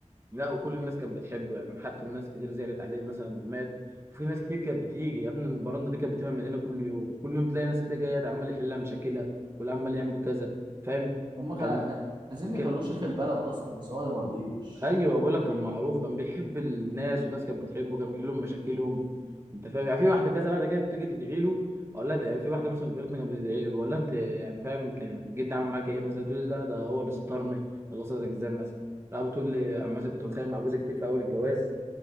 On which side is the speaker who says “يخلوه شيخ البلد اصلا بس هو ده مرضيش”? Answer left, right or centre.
Right